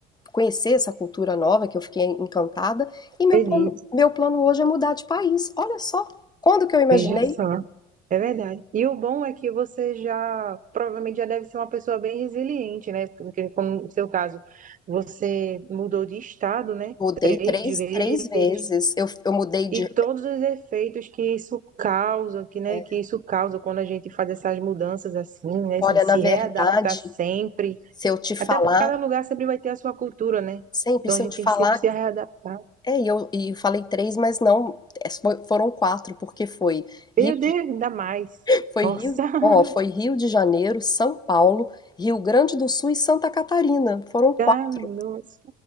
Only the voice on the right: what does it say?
Acredito,
veja só. É verdade. E o bom é que você já, provavelmente já deve ser uma pessoa bem resiliente, né? Porque, como no seu caso, você mudou de estado, né?
Três
vezes,
E todos os efeitos que isso causa, que, né,
que isso causa quando a gente faz essas mudanças assim, né,
de se
readaptar sempre.
Até porque cada lugar sempre vai ter a sua cultura, né?
Então
a gente
tem
que sempre se readaptar.
Meu Deus, ainda mais.
Nossa,
<laughs>
tá, nossa.